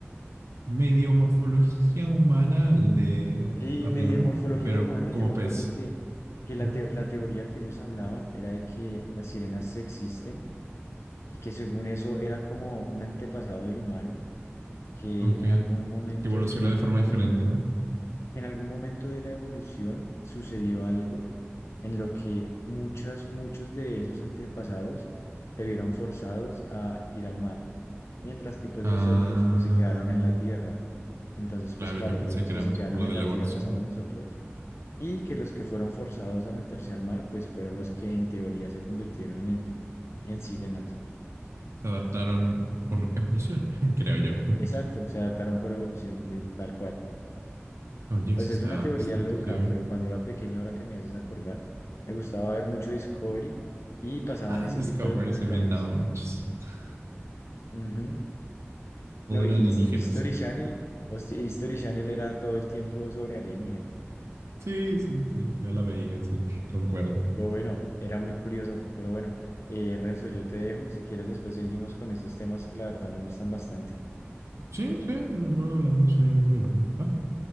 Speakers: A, on the right; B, on the left.
A: medio morfología humana el de
B: Y
A: arriba,
B: medio morfología
A: pero
B: humana,
A: como
B: yo me
A: pez,
B: acuerdo que, que la,
A: ¿no?
B: te- la teoría que ellos hablaban era de que las sirenas sí existen y que según eso era como un antepasado del humano, que
A: Ok, que
B: en algún momento,
A: evolucionó
B: que en algún
A: de forma
B: momento,
A: diferente, ¿no?
B: que en algún momento de la evolución sucedió algo en lo que muchas, muchos de esos antepasados se vieron forzados a ir al mar, mientras que pues
A: Ah,
B: los otros pues se quedaron en la tierra. Entonces,
A: claro,
B: pues claro,
A: yo pensé
B: pues los
A: que
B: que
A: era
B: se
A: más
B: quedaron
A: por lo
B: en
A: de
B: la
A: la evolución.
B: tierra somos nosotros y que los que fueron forzados a meterse al mar pues fueron los que en teoría se convirtieron en, en sirenas.
A: Se adaptaron por evolución, <laughs> creo yo. <laughs>
B: Exacto, se adaptaron por evolución, de- tal cual.
A: Oye,
B: Pues
A: eso está
B: es una teoría
A: bastante
B: loca,
A: heavy.
B: pero cuando era pequeño, ahora que me haces acordar, me gustaba ver mucho Discovery y pasaban
A: Ah,
B: ese
A: Discovery
B: tipo de documentales.
A: se inventaba muchos. <laughs>
B: Ujú.
A: Todo
B: No,
A: era
B: y His-
A: alienígenas.
B: History Channel, hosti- History Channel era todo el tiempo sobre alienígenas.
A: Sí, sí, sí, yo la veía, sí, concuerdo.
B: Pero bueno, era muy curioso. Pero bueno, eh, Renzo, yo te dejo. Si quieres, después seguimos con estos temas que la verdad me gustan bastante.
A: Sí, sí, luego hablamos, no hay ningún problema. ¿va?